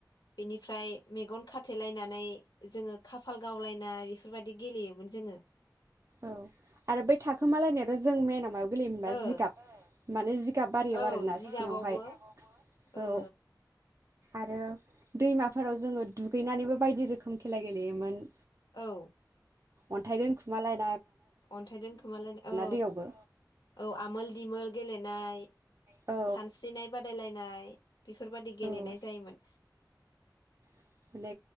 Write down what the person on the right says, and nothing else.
औ आरो बै थाखोमालायनायाथ जों मेन मायाव गेलेयोमबा
जिगाब माने जिगाब बारियाव
आरोना
सिङावहाय
औ आरो दैमाफोराव जोङो दुगैनानैबो बायदि रोखोम खेला गेलेयोमोन
अन्थाइ दोनखुमालाय
दैयावबो
औ
औ
<inaudible>